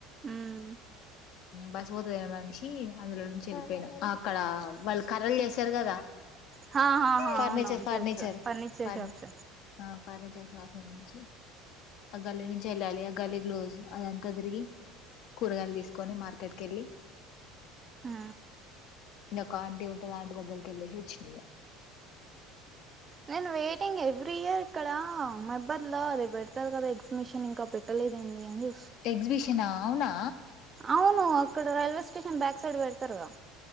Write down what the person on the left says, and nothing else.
బస్స్ పోతాదిగ మన్షి అందులో నుంచి ఎళ్ళిపెయిన ఆక్కడ వాళ్ళు కర్రలు చేశారు కదా.
ఫర్నిచర్
ఫర్నిచర్
ఫర్
ఆ ఫర్నీచర్ షాప్ నుంచి ఆ గల్లీ నుంచి ఎళ్ళాలి, ఆ గల్లీ క్లోజ్ అదంతా తిరిగి కూరగాయలు తీసుకొని మార్కెట్ కెళ్ళి
ఒక ఆంటి ఉంటంది, అ ఆంటి దగ్గరికి ఎళ్ళెసి వచ్చినయ
ఎగ్జిబిషనా ఔనా